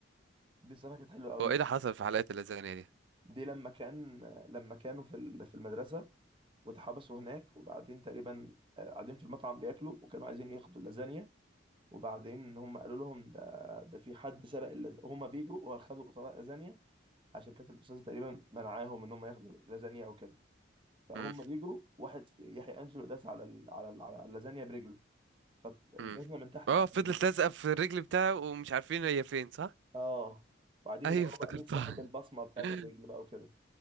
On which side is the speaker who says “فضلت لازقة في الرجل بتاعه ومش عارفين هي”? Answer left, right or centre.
Right